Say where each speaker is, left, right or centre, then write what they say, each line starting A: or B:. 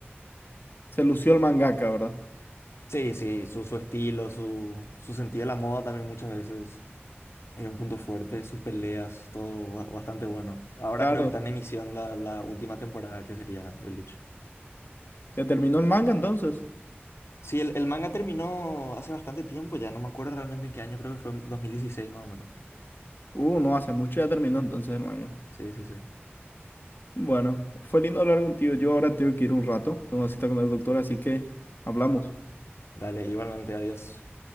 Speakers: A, on the left; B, on the left.
A: Se lució el mangaka, ¿verdad?
B: Sí, sí, su, su estilo, su, su sentido de la moda también muchas veces es un punto fuerte, sus peleas, todo ba- bastante bueno. Ahora
A: Claro.
B: creo que está en emisión la, la última temporada que sería de Bleach.
A: ¿Ya terminó el manga entonces?
B: Sí, el, el manga terminó hace bastante tiempo ya, no me acuerdo realmente en qué año, creo que fue en 2016 más o menos.
A: Uh, no hace mucho ya terminó entonces el manga.
B: Sí, sí, sí.
A: Bueno, fue lindo hablar contigo. Yo ahora tengo que ir un rato. Tengo una cita con el doctor, así que hablamos.
B: Dale, igualmente, adiós.